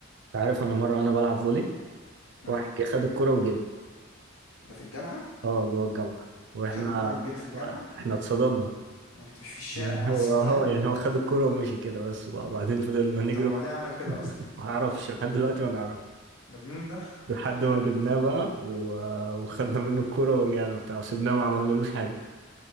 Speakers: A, on the right (about 60°); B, on the left (about 80°).
A: انت عارف انا مرة وانا بلعب فولي
B: اه
A: واحد جه خد الكرة وجري
B: ده في الجامعة
A: اه جوه الجامعة واحنا
B: خد الكرة وجري في الجامعة
A: احنا اتصدمنا
B: ده مش في الشارع
A: يعني
B: <laughs> اصلا
A: هو هو
B: فاهم
A: يعني هو خد الكرة ومشي كده بس وبعدين فضلنا نجري
B: طب هو
A: وراه.
B: ليه عمل كده
A: <laughs>
B: اصلا
A: ما اعرفش لحد دلوقتي ما نعرفش
B: ده جنون ده
A: لحد ما جبناه بقى و... وخدنا منه الكرة ورجعنا بتاع وسيبناه ما عملنالوش حاجة